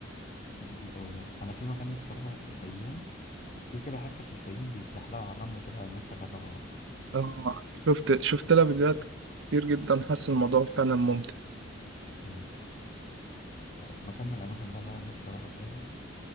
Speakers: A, on the left; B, on the right.
A: جميل قوي ده انا في مكان نفسي اروحه الفيوم في كده حته في الفيوم بيتزحلقوا على الرمل كده نفسي اجربها برضه
B: اه شفت شفت لها فيديوهات كتير جدا حاسس الموضوع فعلا ممتع
A: ايوه ومكان من الاماكن بقى اللي انا نفسي اروحه بجد